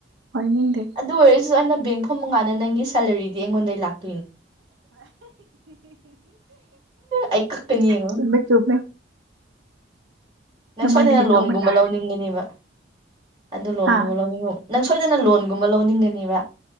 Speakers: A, on the right (about 70°); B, on the right (about 25°).
A: ꯑꯣꯏꯅꯤꯡꯗꯦ
B: ꯑꯗꯨ ꯑꯣꯏꯔꯁꯨ ꯑꯩꯅ ꯕꯦꯡ ꯐꯐꯝ ꯃꯉꯥꯅ ꯅꯪꯒꯤ ꯁꯦꯂꯔꯤꯗꯤ ꯑꯩꯉꯣꯟꯗ ꯂꯥꯛꯀꯦ ꯑꯩ ꯀꯛꯀꯅꯤ ꯌꯦꯡꯉꯣ
A: ꯆꯨꯝꯃꯦ ꯆꯨꯝꯃꯦ
B: ꯅꯪ
A: ꯅꯪꯉꯣꯟꯗꯒꯤ
B: ꯁꯣꯏꯗꯅ ꯂꯣꯟꯒꯨꯝꯕ
A: ꯂꯧꯕ ꯇꯥꯔꯦ
B: ꯂꯧꯅꯤꯡꯒꯅꯦꯕ ꯑꯗꯨ ꯂꯣꯟꯣꯅꯤ
A: ꯍꯥ
B: ꯅꯪ ꯁꯣꯏꯗꯅ ꯂꯣꯟꯒꯨꯝꯕ ꯂꯧꯅꯤꯡꯒꯅꯦꯕ